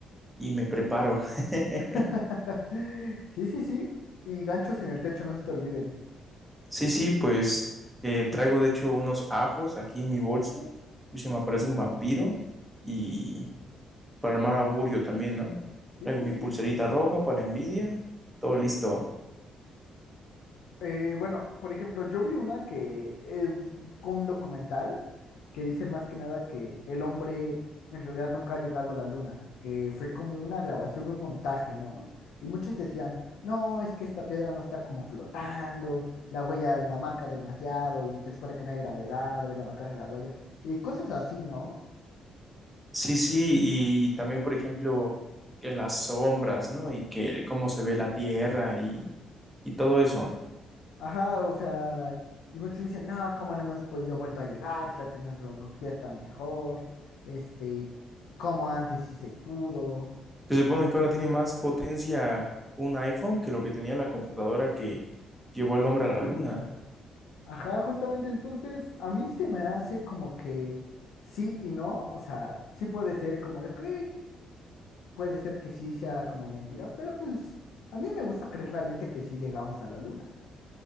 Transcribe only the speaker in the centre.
y me preparo. <laughs>
Sí, sí, pues eh, traigo de hecho unos ajos aquí en mi bolsa, pues se me aparece un vampiro y para el mal augurio también, ¿no?
Traigo
mi
pulserita roja para la envidia, todo listo.
Sí, sí, y también, por ejemplo, que las sombras, ¿no? Y que el- cómo se ve la tierra y, y todo eso.
Se supone que ahora tiene más potencia un iPhone que lo que tenía la computadora que llevó al hombre a la luna.